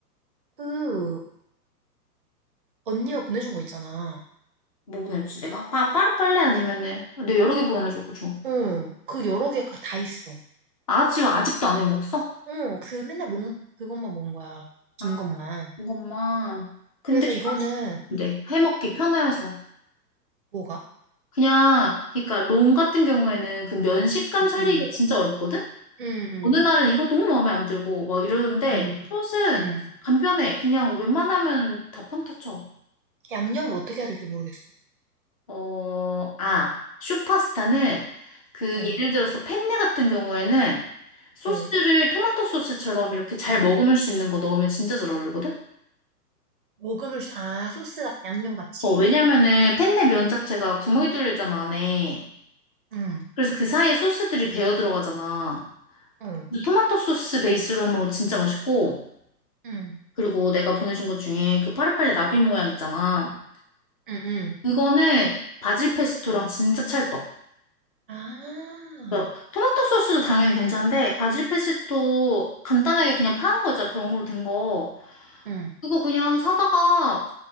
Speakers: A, on the right (about 35°); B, on the left (about 25°).
A: 그, 언니가 보내준 거 있잖아.
B: 뭐 보내주지 내가? 파, 파르팔레 아니면은 내가 여러 개 보내줘가지고.
A: 응. 그 여러 개가 다 있어.
B: 아, 지금 아직도 안 해먹었어?
A: 어, 그 맨날 롱, 그것만 먹은 거야. 긴
B: 아,
A: 것만.
B: 이것만. 근데
A: 그래서 이거는
B: 근데 해먹기 편해서.
A: 뭐가?
B: 그냥, 그러니까 롱 같은 경우에는 그 면 식감
A: 응,
B: 살리기가
A: 응,
B: 진짜 어렵거든?
A: 응, 응,
B: 어느 날은 이거 너무 마음에 안 들고 막 이러는데
A: 응,
B: 숏은
A: 응.
B: 간편해. 그냥 웬만하면 다 평타 쳐.
A: 양념을 어떻게 해야 될지 모르겠어.
B: 어, 아, 슈퍼스타는 그
A: 응,
B: 예를 들어서 펜네 같은 경우에는 소스를
A: 응.
B: 토마토 소스처럼 이렇게 잘 머금을 수 있는 거 넣으면 진짜 잘 어울리거든?
A: 먹음을, 수- 아, 소스 같, 양념 같이?
B: 어, 왜냐면은 펜네 면 자체가 구멍이 뚫려 있잖아, 안에.
A: 응,
B: 그래서 그 사이에 소스들이 배어 들어가잖아.
A: 응,
B: 근데 토마토 소스 베이스로 하면 진짜 맛있고,
A: 응,
B: 그리고 내가 보내준 것 중에 그 파리팔레 나비 모양 있잖아.
A: 응, 응.
B: 그거는 바질 페스토랑 진짜 찰떡.
A: 아,
B: 그래서 토마토 소스도 당연히 괜찮은데 바질 페스토 간단하게 그냥 파는 거 있잖아 병으로 된 거.
A: 응.
B: 그거 그냥 사다가